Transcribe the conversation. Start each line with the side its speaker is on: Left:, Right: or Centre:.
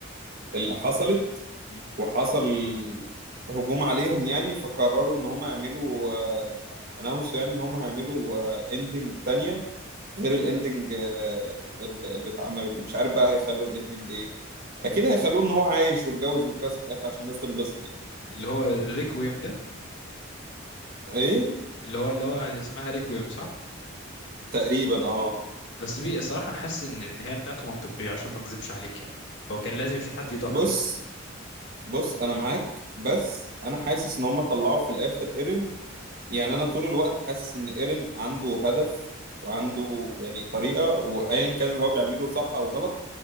Right: اللي حصلت
Left: مم.
Right: وحصل هجوم عليهم يعني فقرروا ان هم يعملوا اناونس يعني ان هم هيعملوا اندنج تانية غير الاندنج اللي اللي اتعملت دي مش عارف بقى هيخلوا الاندنج ايه اكيد هيخلوه ان هو عايش واتجوز ميكاسا في الاخر عشان الناس تنبسط يعني
Left: اللي هو ريكويم ده
Right: ايه
Left: اللي هو اللي هو اسمها ريكويم صح
Right: تقريبا اه
Left: بس بي الصراحه انا حاسس ان النهايه بتاعته منطقيه عشان ما اكذبش عليك يعني هو كان لازم في حد يضحي
Right: بص بص انا معاك بس انا حاسس ان هم طلعوا في الاخر ايرن يعني انا طول الوقت حاسس ان ايرن عنده هدف وعنده يعني طريقة وايا كان اللي هو بيعمله صح او غلط